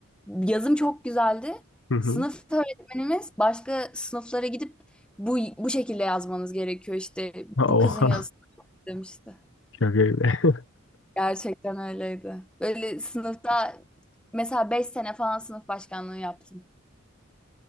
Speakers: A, in the centre; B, on the left.
A: yazım çok güzeldi.
B: Hı hı.
A: Sınıf
B: <laughs>
A: öğretmenimiz başka sınıflara gidip bu bu şekilde yazmanız gerekiyor işte
B: Ha,
A: bu kızın
B: Oha.
A: yazısı demişti.
B: Şaka gibi. <laughs>
A: Gerçekten öyleydi. Böyle sınıfta mesela 5 sene falan sınıf başkanlığı yaptım